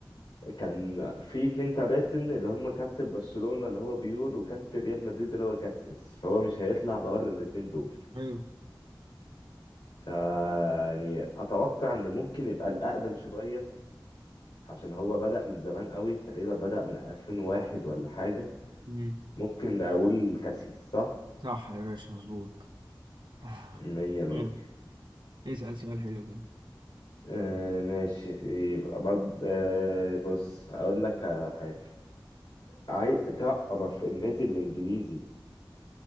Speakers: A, on the left; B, on the right.
A: كان في اتنين كباتن اللي هم كابتن برشلونة اللي هو بيول وكابتن ريال مدريد اللي هو كاسياس فهو مش هيطلع بره الاتنين دول
B: حلو
A: ف يعني أتوقع إن ممكن يبقى الأقدم شوية عشان هو بدأ من زمان قوي تقريبا بدأ من 2001 ولا حاجة
B: مم.
A: ممكن أقول كاسياس صح؟
B: صح يا باشا مظبوط آه.
A: مية مية
B: حلو اسأل سؤال حلو كده
A: آه ماشي يبقى برضه آه بص هقول لك على حاجة عاي... تعرف النادي الإنجليزي